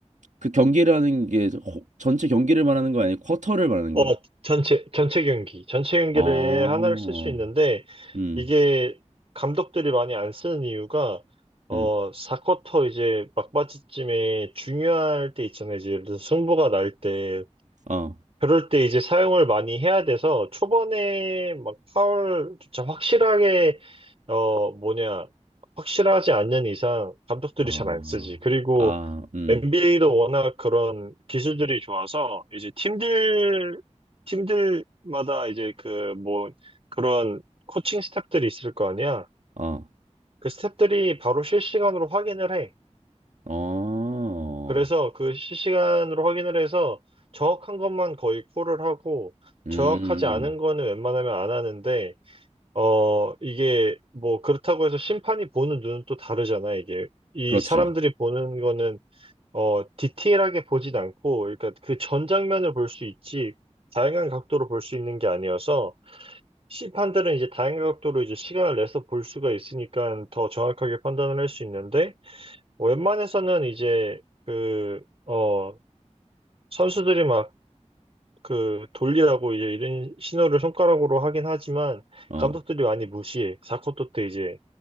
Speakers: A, on the right; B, on the right.
A: 그 경기라는 게 호- 전체 경기를 말하는 거 아니고 쿼터를 말하는 거야?
B: 어, 전체, 전체 경기. 전체 경기를
A: 아.
B: 하나를 쓸 수 있는데,
A: 음.
B: 이게 감독들이 많이 안 쓰는 이유가, 어,
A: 음.
B: 4쿼터 이제 막바지쯤에 중요할 때 있잖아요. 이제 예를 들어서 승부가 날 때,
A: 어.
B: 그럴 때 이제 사용을 많이 해야 돼서 초반에 막 파울조차 확실하게 어 뭐냐 확실하지 않는 이상 감독들이
A: 아.
B: 잘 안 쓰지. 그리고
A: 아. 음.
B: NBA도 워낙 그런 기술들이 좋아서 이제 팀들 팀들마다 이제 그 뭐 그런 코칭 스태프들이 있을 거 아니야.
A: 어.
B: 그 스태프들이 바로 실시간으로 확인을 해.
A: 어,
B: 그래서 그 실시간으로 확인을 해서 정확한 것만 거의 콜을 하고
A: 음,
B: 정확하지 않은 거는 웬만하면 안 하는데 어 이게 뭐 그렇다고 해서 심판이 보는 눈은 또 다르잖아 이게 이
A: 그렇지.
B: 사람들이 보는 거는 어 디테일하게 보진 않고 그러니까 그 전 장면을 볼 수 있지 다양한 각도로 볼 수 있는 게 아니어서 심판들은 이제 다양한 각도로 이제 시간을 내서 볼 수가 있으니까 더 정확하게 판단을 할 수 있는데 웬만해서는 이제 그어 선수들이 막 그 돌리라고 이제 이런 신호를 손가락으로 하긴 하지만
A: 어,
B: 감독들이 많이 무시해. 4쿼터 때 이제